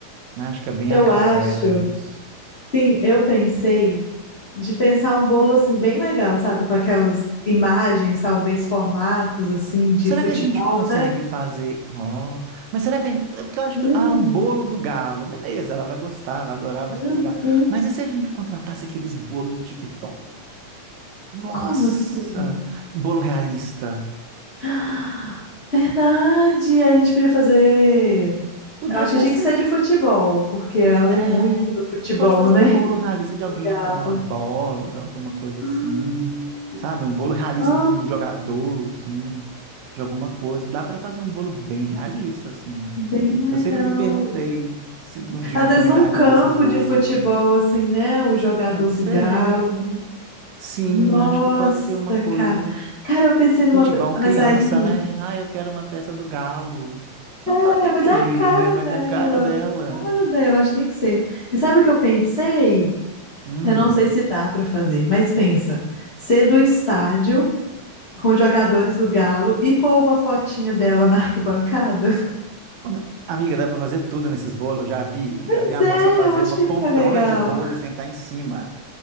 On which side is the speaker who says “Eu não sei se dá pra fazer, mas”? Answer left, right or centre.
Left